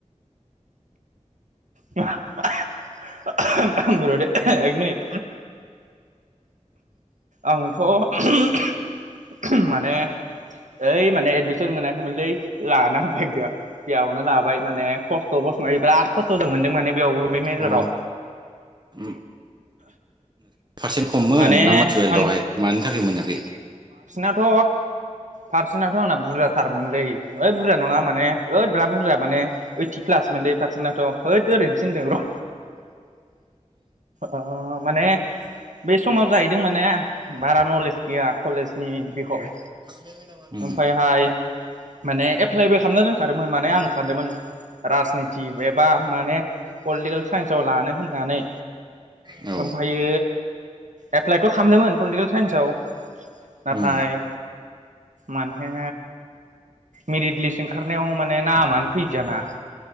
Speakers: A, on the right; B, on the right.
A: मा <unintelligible> र दै। हो एक मिनिट। आंथ' <unintelligible> माने ओइ माने एदमिसन मोनाखैमोनलै लाना होबाय बे बेयावनो ला बाय माने खस्थ ब मा बिराद ख मोनदों माने बेयावबो बे मेजराव
B: अ नोंथां पारसेन्ट खममोन
A: माने
B: नामा टुयेल्थआवहाय
A: आं
B: मानि थाखाय मोनाखै
A: आंनाथ' पारसेनाथ' आंना बुरजाथारमोनलै ओइ बुरजा नङा माने ओइ बिराद बुरजा माने ओइटि प्लास मोनलै पारसेन्टाथ' होयद ओरैनोसोहोनदोंर' अ माने बे समाव जाहैदों माने भारा न'लेज गैया कलेजनि बिखय
B: उम
A: ओमफायहाय माने एप्लाइबो खामना दोनखादोंमोन माने आं सानदोंमोन राजनिति एबा माने पलिटिकेल साइन्साव लानो होननानै
B: औ
A: ओमफ्रायो एप्लाइथ' खामदोंमोन पलिटिकेल साइन्सआव नाथाय
B: उम
A: माने मेरिट लिस्ट ओंखारनायाव माने नामानो फैदियाना